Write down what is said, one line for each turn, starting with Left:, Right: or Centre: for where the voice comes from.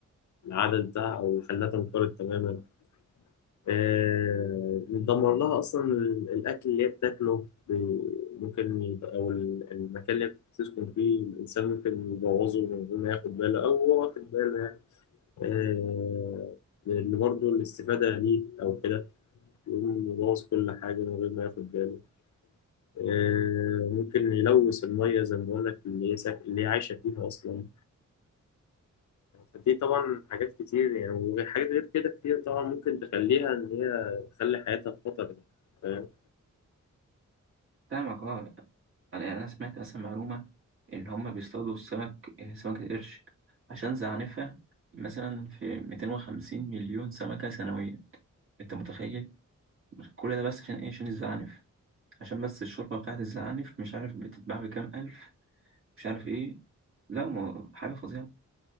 Left: العدد ده او خلاها تنقرض تماما آه، دمر لها اصلا ال- الاكل اللي هي بتاكله ب- ممكن يت- او ال- المكان اللي هي بتسكن فيه الانسان ممكن يبوظه من غير ما ياخد باله او هو واخد باله يعني آه، اللي برضه الاستفادة ليه أو كده يقوم يبوظ كل حاجة من غير ما ياخد باله آه، ممكن يلوث المية زي ما بقول لك اللي هي ساك... اللي هي عايشة فيها أصلا فدي طبعا حاجات كتير يعني وحاجات غير كده كتير طبعا ممكن تخليها إن هي تخلي حياتها في خطر يعني فاهم؟
Right: فاهمك اه يعني انا سمعت اصلا معلومة ان هما بيصطادوا السمك آه، سمكة القرش عشان زعنفها مثلا في 250 مليون سمكة سنويا انت متخيل كل ده بس عشان ايه عشان الزعانف عشان بس الشوربة بتاعت الزعانف مش عارف بتتباع بكام ألف مش عارف ايه لا ما هو حاجة فظيعة